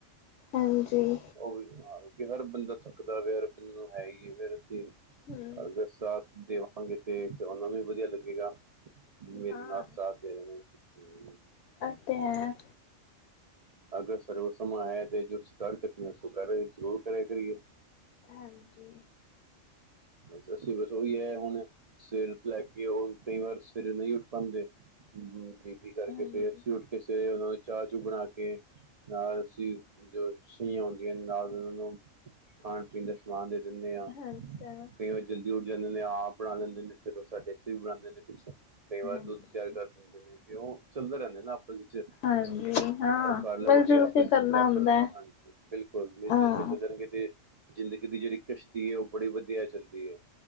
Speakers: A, on the left (about 70°); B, on the right (about 80°).
A: ਹਾਂਜੀ
B: ਉਹ ਵੀ ਹਾਂ ਹਰ ਬੰਦਾ ਥੱਕਦਾ ਵੀ, ਹਰ ਬੰਦੇ ਨੂੰ ਹੈ ਹੀ ਐ ਫਿਰ ਅਸੀਂ
A: ਹਮ
B: ਅਗਰ ਸਾਥ ਦੇਵਾਂਗੇ ਤੇ ਫਿਰ ਉਹਨਾਂ ਨੂੰ ਵੀ ਵਧੀਆ ਲੱਗੇਗਾ। ਮੇਰੇ
A: ਹਾਂ
B: ਨਾਲ ਸਾਥ ਦੇ ਰਹੇ ਨੇ ਹੂੰ।
A: ਉਤੇ ਹੈ।
B: ਅਗਰ ਸਾਡੇ ਕੋਲ ਸਮਾਂ ਹੈ ਤੇ ਜੋ ਅਸੀਂ ਕਰ ਸਕਦੇ ਹਾਂ ਸ ਕਰ, ਜ਼ਰੂਰ ਕਰਿਆ ਕਰੀਏ।
A: ਹਾਂਜੀ।
B: ਅ ਅਸੀਂ ਵਧ ਉਹੀ ਹੈ ਹੁਣ ਸਵੇਰ ਤੋਂ ਲੈ ਕੇ ਉਹ ਕਈ ਵਾਰ ਸਵੇਰੇ ਨਈ ਉੱਠ ਪਾਦੇ ਹੂੰ ਕਰਕੇ
A: ਹਾਂਜੀ
B: ਫਿਰ ਅਸੀ ਉੱਠ ਕੇੇ ਉਹਨਾਂ ਨੂੰ ਚਾਹ ਚੂ ਬਣਾ ਕੇ। ਨਾਲ ਅਸੀਂ ਜੋ ਸਛਹੀਆਂ ਹੁੰਦੀਆਂ ਨੇ ਨਾਲ ਉਹਨਾਂ ਨੂੰ ਖਾਣ ਪੀਣ ਦਾ ਸਮਾਨ ਦੇ ਦਿੰਦੇ ਆ।
A: ਅੱਛਾ
B: ਕਈ ਵਾਰੀਂ ਉੱਠ ਜਾਂਦੇ ਨੇ ਆਪ ਬਣਾ ਦਿੰਦੇ ਨੇ ਫਿਰ ਉਹ ਸਾਡੇ ਵੀ ਬਣਾਦੇ ਨੇ ਕੁਛ, ਕਈ ਵਾਰ
A: ਹਾਂਜੀ
B: ਦੁੱਧ ਤਿਆਰ ਕਰਦੇ ਦਿੰਦੇ ਨੇ ਤੇ ਓ ਚੱਲਦੇ ਰਹਿੰਦੇ ਨੇ ਨਾ ਆਪਸ ਵਿੱਚ
A: ਹਾਂਜੀ ਹਾਂ
B: ਕੱਲ
A: ਮਿਲ
B: ਬੂਟੀ
A: ਜੁਲ
B: ਆਪਸ
A: ਕੇ ਕਰਨਾ
B: ਚ ਬਰਾਬਰ
A: ਹੁੰਦਾ ਹੈ
B: ਹਾਂਜੀ ਬਿਲਕੁਲ <unintelligible>
A: ਹਾਂ
B: ਕਿਤੇ ਜ਼ਿੰਦਗੀ ਦੀ ਜਿਹੜੀ ਕਿਸ਼ਤੀ ਏ ਉਹ ਬੜੀ ਵਧੀਆ ਚੱਲਦੀ ਏ।